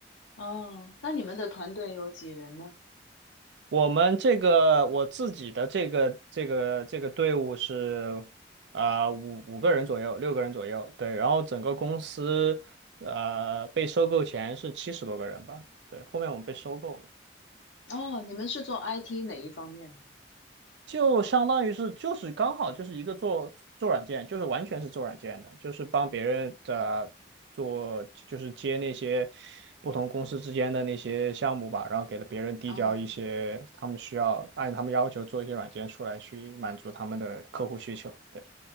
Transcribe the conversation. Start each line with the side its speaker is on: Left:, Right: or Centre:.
Left: 哦，那你们的团队有几人呢？
Right: 我们这个我自己的这个这个这个队伍是啊、五五个人左右，六个人左右，对。然后整个公司呃被收购前是七十多个人吧，对。后面我们被收购了。
Left: 哦，你们是做 IT 哪一方面？
Right: 就相当于是就是刚好就是一个做做软件，就是完全是做软件的，就是帮别人的做，就是接那些不同公司之间的那些项目吧，然后给了别人递交一些他们需要按他们要求做一些软件出来去满足他们的客户需求。
Left: 哦
Right: 对。